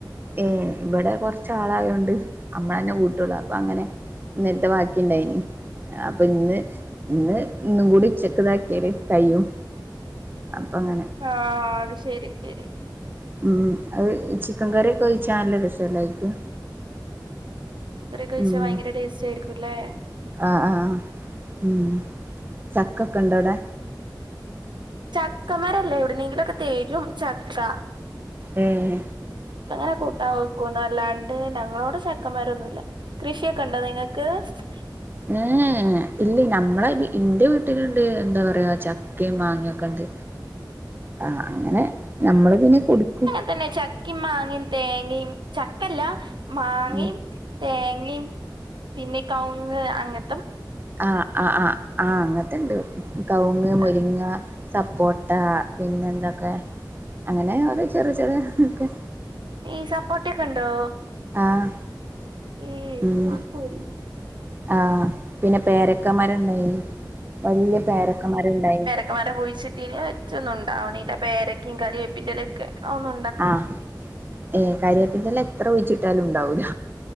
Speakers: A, on the right; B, on the right.
A: ഉം ഇവിടെ കൊറച്ചാളായോണ്ട് അമ്മളന്നെ കൂട്ടുള്ളു അപ്പ അങ്ങനെ ഇന്നൽത്തെ വാക്കിണ്ടായിന് അപ്പ ഇന്ന് ഇന്ന് ഇന്നും കൂടി ഉച്ചക്ക് ഇതാക്കിയാല് കയ്യും അപ്പങ്ങനെ
B: ആഹ് അത് ശെരി ശരി
A: ഉം അത് ചിക്കൻ കറിയൊക്കെ ഒഴിച്ചാ നല്ല രസല്ലയിക്ക്
B: കറിയൊക്കെ ഒഴിച്ചാ
A: ഉം
B: ഭയങ്കര ടേസ്റ്റായിരിക്കുലേ
A: ആഹ് ആഹ് ഉം ചക്ക ഒക്കെ ഇണ്ടവിടെ
B: ചക്കമരല്ല എവിടുന്നെങ്കിലൊക്കെ തെരും ചക്ക
A: ഉം
B: ഇപ്പങ്ങനെ കൂട്ടാവെക്കുന്നല്ലാണ്ട് ഞങ്ങളോടെ ചക്കമരൊന്നുല്ല കൃഷിയൊക്കെ ഇണ്ട നിങ്ങക്ക് ക്ക്
A: ഏഹ് ഇല്ല നമ്മളെ ഇന്റെ വീട്ടില്ണ്ട് എന്താ പറയാ ചക്കിം മാങ്ങിയൊക്കെണ്ട്. ആഹ് അങ്ങനെ നമ്മള് പിന്നെ കൊടുക്കും.
B: പിന്നെ ചക്കി മാങ്ങിം തേങ്ങയും ചക്കല്ല മാങ്ങേ
A: ഉം
B: തേങ്ങിം പിന്നെ കവുങ്ങ് അങ്ങന
A: ആഹ് ആഹ് ഹാ ആഹ് അങ്ങനത്തെണ്ട് കവുങ്ങ് മുരിങ്ങ
B: ആ,
A: സപ്പോട്ട പിന്നെ എന്തൊക്കെ? അങ്ങനെ ഒരു ചെറിയ ചെറ് തൊക്കെ.
B: ഈ സപ്പോർട്ടൊക്കെ ഉണ്ടോ?
A: ആഹ്
B: ഏയ്
A: ഉം
B: അയ്സരി
A: ആഹ് പിന്നെ പേരക്ക മരം ഇണ്ടായിനി വല്ല്യ പേരക്ക മരം ഇണ്ടായിനി.
B: മരം കുഴിച്ചിട്ടിനി ഒറ്റൊന്നുണ്ടാവ്ണില്ല പേരക്കിം കരിയേപ്പിന്റെലൊക്കെ അതൊന്നു
A: ആഹ് ഏ കരിയാപ്പിന്റെല എത്ര കുഴിച്ചിട്ടാലും ഇണ്ടാവൂല